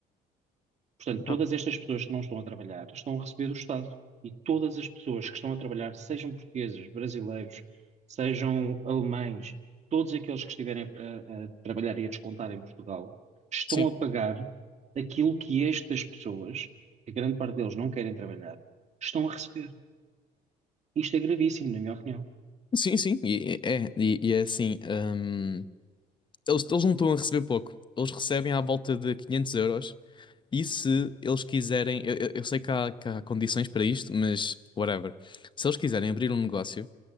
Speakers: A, on the right; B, on the left.
A: Portanto,
B: Epá,
A: todas estas pessoas que não estão a trabalhar estão a receber do Estado. E todas as pessoas que estão a trabalhar, sejam portugueses, brasileiros, sejam alemães, todos aqueles que estiverem a, a trabalhar e a descontar em Portugal, estão
B: Sim,
A: a pagar aquilo que estas pessoas, que a grande parte deles não querem trabalhar, estão a receber. Isto é gravíssimo, na minha opinião.
B: sim, sim. E é, e, e é assim: hum, eles, eles não estão a receber pouco. Eles recebem à volta de 500 euros. E se eles quiserem, eu, eu- eu sei que há, que há condições para isto, mas whatever. Se eles quiserem abrir um negócio,